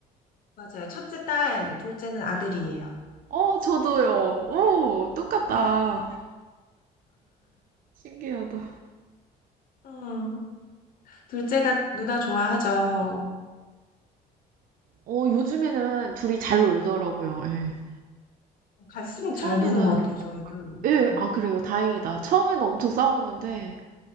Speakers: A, on the left (about 55°); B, on the right (about 55°).
A: 맞아요. 첫째 딸, 둘째는 아들이에요.
B: 아. 어 저도요. 오 똑같다.
A: 진짜요?
B: 신기하다.
A: 음, 둘째가 누나 좋아하죠.
B: 어, 요즘에는 둘이 잘 놀더라고요. 예.
A: 갈수록
B: 처음에는,
A: 잘 노는 것 같아요,
B: 있으니까.
A: 저희도.
B: 예,
A: 음.
B: 아, 그래요. 다행이다. 처음에는 엄청 싸웠는데,